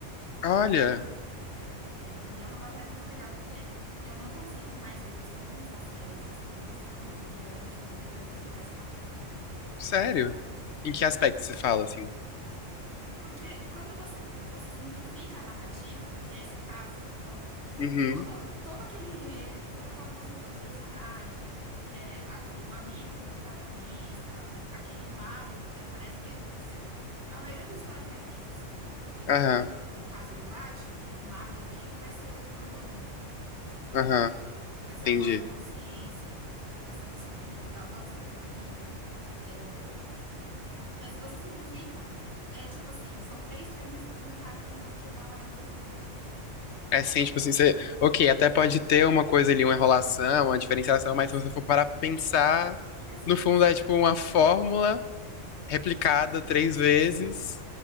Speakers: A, on the left; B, on the right.
A: Olha,
B: É, e, e é uma matéria muito legal porque eu não consigo mais ver os filmes, as séries e as coisas como eu via antes de, de de ter essa matéria.
A: sério? Em que aspecto você fala assim?
B: Porque quando você, você simplifica a narrativa, que é esse caso, então o-
A: Uhum,
B: todo, todo aquele enredo, toda aquela construção de personagem, é, a- o amigo do protagonista, aquele mago que aparece, porque se- a maioria das histórias vai ter isso. Então,
A: aham,
B: no caso do Batman, o mago dele vai ser o mordomo,
A: aham,
B: que vai ser a
A: entendi.
B: voz da consciência, que vai ser a pessoa que dá a voz da sabedoria. É, Mas se você simplifica, é tipo assim, são três filmes de um cara tentando jogar um anel no vulcão.
A: É sim, tipo assim, você. Ok, até pode ter uma coisa ali, uma enrolação, uma diferenciação,
B: Isso.
A: mas se você for parar pra pensar,
B: É simples.
A: no fundo é tipo uma fórmula replicada três
B: Isso.
A: vezes